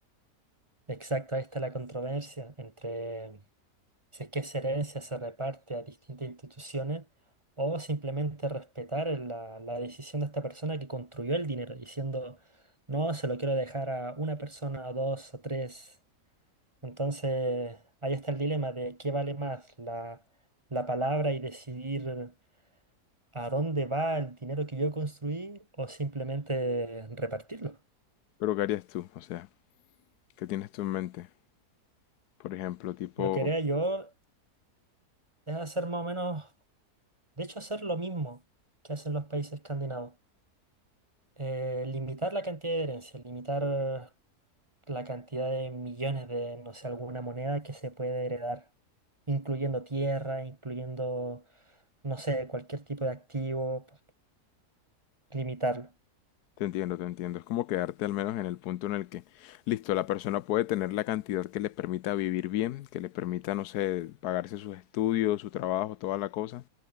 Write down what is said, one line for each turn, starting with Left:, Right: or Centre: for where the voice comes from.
Right: Exacto, ahí está la controversia entre si es que esa herencia se reparte a distintas instituciones o simplemente respetar la, la decisión de esta persona que construyó el dinero, diciendo, no, se lo quiero dejar a una persona, a dos, a tres. Entonces, ahí está el dilema de qué vale más la, la palabra y decidir a dónde va el dinero que yo construí o simplemente repartirlo.
Left: Pero ¿qué harías tú? O sea, ¿qué tienes tú en mente? Por ejemplo, tipo...
Right: Lo que haría yo es hacer más o menos De hecho, hacer lo mismo que hacen los países escandinavos. Eh, limitar la cantidad de herencia, limitar eh, la cantidad de millones de, no sé, alguna moneda que se puede heredar, incluyendo tierra, incluyendo, no sé, cualquier tipo de activo, pues, limitarlo.
Left: Te entiendo, te entiendo. Es como quedarte al menos en el punto en el que, listo, la persona puede tener la cantidad que le permita vivir bien, que le permita, no sé, pagarse sus estudios, su trabajo, toda la cosa,